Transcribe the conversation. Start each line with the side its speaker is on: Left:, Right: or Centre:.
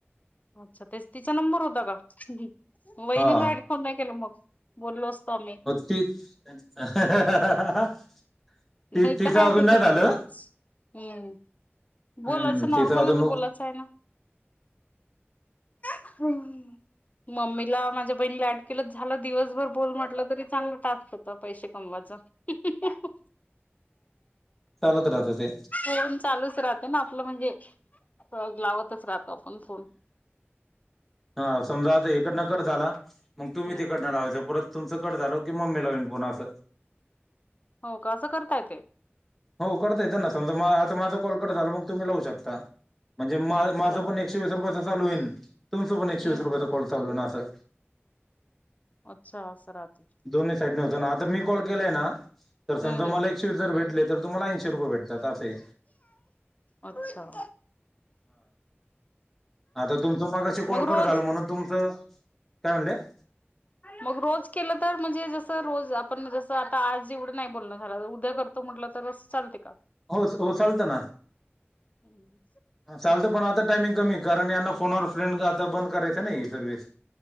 Left: अच्छा तेच तिचा नंबर होता का वहिनीला
Centre: हा
Left: का ॲड केलं मग बोललो अस कमी
Centre: तेच हा, हा, हा
Left: हे
Centre: ती तिच
Left: काय आहे
Centre: अजून
Left: त्याच्यात
Centre: नाही झालं
Left: हम्म बोलायचं
Centre: हम्म
Left: नॉर्मलच
Centre: तीच अजुन नो
Left: बोलायचं आहे हम्म मम्मीला माझ्या बहिणी आट केलं झालं दिवसभर बोल म्हटलं तरी चांगलं टास्क होतं पैसे कमवायचं हा, हा, हा, हा
Centre: चालत राहत ते
Left: फोन चालूच राहते ना आपलं म्हणजे स लावतच राहतो आपण फोन
Centre: हा समजा आता इकडन कट झाला मग तुम्ही
Left: हम्म
Centre: तिकड़न लावायचं परत तुमचं कट झालं की मग मी लावीन पण असं
Left: हो का असं करता येतय
Centre: हो करता येत ना समजा आता माझा कॉल कट झाला मग तुम्ही लावू शकता म्हणजे मा
Left: अच्छा
Centre: माझं पण एकशे वीस रुपयाच चालू होईन तुमचं पण
Left: हम्म
Centre: एकशे वीस रुपयाचं
Left: हम्म
Centre: कॉल चालू होईन असं
Left: अच्छा अस राहते
Centre: दोन्ही साईडने होतो नां आंता मी कॉल केलांय नां तरं
Left: हम्म
Centre: समजां
Left: हम्म.
Centre: मलां एकशे विस भेटलेतं तुम्हांला ऐंशी रुपये भेटतांते असं आहे
Left: अच्छा.
Centre: हां तरं तुमचं मंगा अशी कॉल
Left: मग रोज
Centre: करं झालं म्हणूंन तुमचं कायं म्हणलं
Left: मंग रोज केलं तरं म्हणजे जसं रोज आपणं जसं आंता आंज जेवढं नाहीं बोलणं झालं उद्यां करतो तो म्हटलं तरं असं चालते कां
Centre: हो चालतं नां
Left: हम्मं
Centre: चालतं पणं आंता टायमिंग कमी कारणं यांना फोनवरं फ्रेंड आंता बंद करायचं नी हे सर्विस